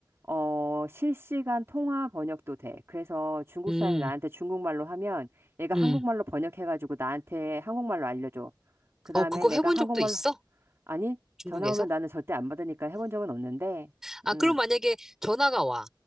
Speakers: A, on the right (about 30°); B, in the centre.
A: 어, 실시간 통화 번역도 돼. 그래서 중국
B: 음,
A: 사람이 나한테 중국말로 하면 얘가 한국말로
B: 음.
A: 번역해가지고 나한테 한국말로 알려줘. 그
B: 어,
A: 다음에
B: 그거
A: 내가
B: 해본
A: 한국말로,
B: 적도 있어?
A: 아니,
B: 중국에서?
A: 전화 오면 나는 절대 안 받으니까 해본 적은 없는데,
B: 아,
A: 음,
B: 그럼 만약에 전화가 와.